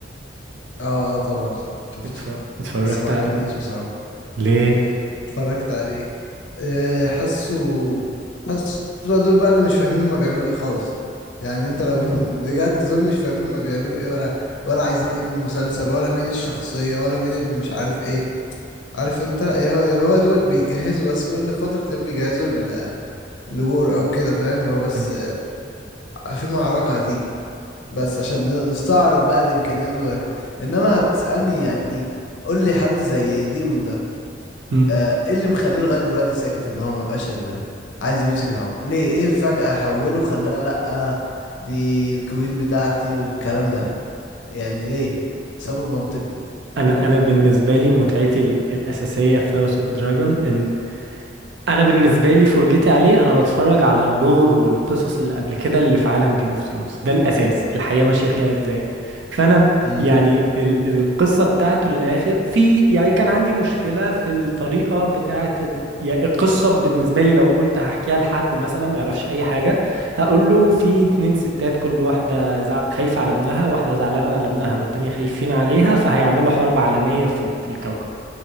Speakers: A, on the left; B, on the right.
A: اه اه طبعا شفته
B: اتف- اتفرجت
A: بس ما
B: عليه
A: عجبنيش بصراحة
B: ليه
A: <laughs> اتفرجت عليه آه، حاسه حاسه بقى دول بقى اللي مش فاهمين هما بيعملوا ايه خالص يعني انت لو <laughs> بجد دول مش فاهمين هما بيعملوا ايه ولا ولا عايزين ايه من المسلسل ولا مين الشخصية ولا مين اللي مش عارف ايه عارف انت ايه هو اللي هو يا دوبك بيجهزوا بس كل فترة تلاقيهم بيجهزوا ال- الوور او كده فاهم هو بس
B: <laughs>
A: آه، في معركة هتيجي بس عشان ن- نستعرض بقى الامكانيات و... انما هتسالني يعني قول لي حد زي ديمون ده
B: مم.
A: آه، ايه اللي مخليه لغايه دلوقتي ساكت ان هو ما بقاش ال... عايز يمسك الحكم ليه ايه فجاه حوله خلاه لا دي الكوين بتاعتي والكلام ده يعني ليه سبب منطقي
B: انا انا بالنسبه لي متعتي ال- الاساسيه في هاوس اوف دراجون ان انا بالنسبه لي فرجتي عليه انا بتفرج على اللور والقصص اللي قبل كده اللي في عالم جيم اوف ثرونز ده الاساس الحياه ماشيه فيها ازاي فانا
A: امم
B: يعني ال القصه بتاعته للاخر في يعني كان عندي مشكله في الطريقه بتاعه ال يعني القصه بالنسبه لي لو قلت هحكيها لحد مثلا ما يعرفش اي حاجه هقول له في اتنين ستات كل واحده زع... خايفه على ابنها واحده زعلانه على ابنها والتانيه خايفين عليها فهيعملوا حرب عالميه في ال- في الكوكب